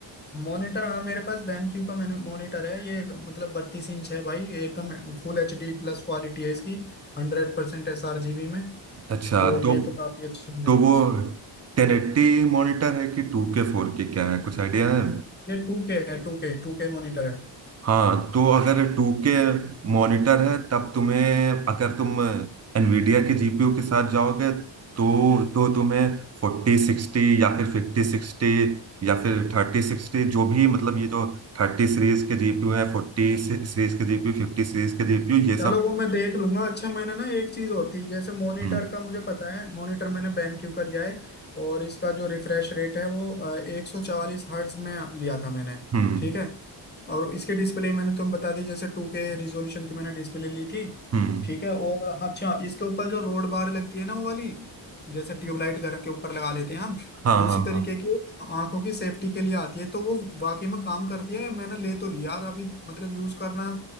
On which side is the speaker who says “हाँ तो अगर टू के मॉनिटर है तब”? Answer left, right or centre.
Right